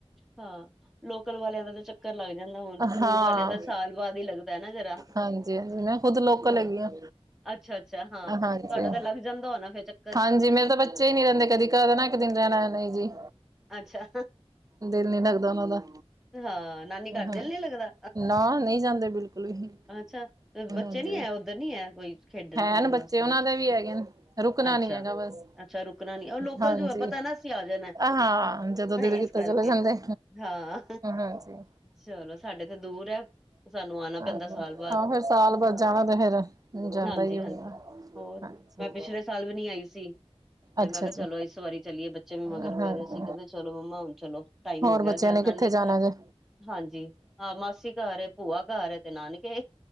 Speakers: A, in the centre; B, on the right (about 35°).
A: ਹਾਂ ਲੋਕ ਲੋਕਲ ਵਾਲਿਆਂ ਦਾ ਤਾਂ ਚੱਕਰ ਲੱਗ ਜਾਂਦਾ ਹੁਣ ਦੂਰ
B: ਹਾਂ
A: ਵਾਲਿਆਂ ਦਾ ਸਾਲ ਬਾਅਦ ਹੀ ਲੱਗਦਾ ਨਾ ਜ਼ਰਾ।
B: ਹਾਂਜੀ ਹਾਂਜੀ ਮੈਂ ਖੁਦ ਲੋਕਲ
A: ਹਾਂ
B: ਹੈਗੀ ਆ
A: ਅੱਛਾ ਅੱਛਾ ਹਾਂ ਤੁਹਾਡਾ
B: ਹਾਂਜੀ
A: ਤਾਂ ਲੱਗ ਜਾਂਦਾ ਹੋਣਾ ਫਿਰ ਚੱਕਰ
B: ਹਾਂਜੀ ਮੇਰੇ ਤਾਂ ਬੱਚੇ ਹੀ ਨੀ ਰਹਿੰਦੇ ਕਦੀ ਕਹਿ ਦੇਣ ਨਾ ਇੱਕ ਦਿਨ ਰਹਿਣਾ ਨਹੀਂ ਜੀ।
A: ਅੱਛਾ।
B: ਦਿਲ ਨੀ ਲੱਗਦਾ ਉਹਨਾਂ ਦਾ
A: ਹਾਂ ਨਾਨੀ ਘਰ
B: ਹਾਂ
A: ਦਿਲ ਨੀ ਲੱਗਦਾ।
B: ਨਾ ਨਹੀਂ ਜਾਂਦੇ ਬਿਲਕੁਲ ਵੀ
A: ਅੱਛਾ
B: ਹਾਂਜੀ
A: ਬੱਚੇ ਨੀ ਐ ਉੱਧਰ ਨੀ ਐ ਕੋਈ। ਖੇਡਣ
B: ਹੈ
A: ਖੁਡਣ
B: ਬੱਚੇ
A: ਵਾਸਤੇ
B: ਉਹਨਾ ਦੇ ਵੀ ਹੈਗੇ ਰੁਕਣਾ
A: ਅੱਛਾ,
B: ਨੀ ਹੈਗਾ ਬਸ
A: ਅੱਛਾ ਰੁਕਣਾ ਨੀ ਉਹ ਲੋਕਲ
B: ਹਾਂਜੀ।
A: ਜੋ ਹੈ ਪਤਾ ਨਾ ਅਸੀਂ ਆ ਜਾਣਾ
B: ਹਾਂ। ਜਦੋਂ ਦਿਲ
A: ਇਸ
B: ਕੀਤਾ
A: ਕਰਕੇ
B: ਚਲੇ ਜਾਂਦੇ
A: ਹਾਂ
B: ਹਾਂਜੀ
A: ਚਲੋ ਸਾਡੇ ਤੇ ਦੂਰ ਐ। ਸਾਨੂੰ ਆਣਾ
B: ਹਾਂ
A: ਪੈਂਦਾ ਸਾਲ ਬਾਅਦ
B: ਫਿਰ ਸਾਲ ਬਾਅਦ
A: ਹਾਂ।
B: ਜਾਣਾ ਤਾਂ ਫਿਰ ਜਾਂਦਾ
A: ਹਾਂਜੀ
B: ਹੀ ਹੁੰਦਾ।
A: ਹਾਂਜੀ ਹੋਰ
B: ਹਾਂਜੀ
A: ਮੈਂ ਪਿਛਲੇ ਸਾਲ ਵੀ ਨੀ ਆਈ ਸੀ। ਤੇ
B: ਅੱਛਾ
A: ਮੈਂ ਕਿਹਾ
B: ਜੀ
A: ਚਲੋ ਇਸ ਵਾਰੀ ਚਲੀਏ ਬੱਚੇ ਵੀ ਮਗਰ
B: ਹਾਂਜੀ
A: ਪਏ ਸੀ। ਕਹਿੰਦੇ ਚਲੋ ਮੰਮਾ ਹੁਣ ਚਲੋ ਟਾਈਮ
B: ਹੋਰ
A: ਹੋ ਗਿਆ
B: ਬੱਚਿਆਂ
A: ਗਿਆ
B: ਨੇ
A: ਨਾਨੀ
B: ਕਿੱਥੇ ਜਾਣਾ
A: ਘਰ।
B: ਜੇ?
A: ਹਾਂਜੀ ਹਾਂ ਮਾਸੀ ਘਰ ਭੂਆ ਘਰ ਤੇ ਨਾਨਕੇ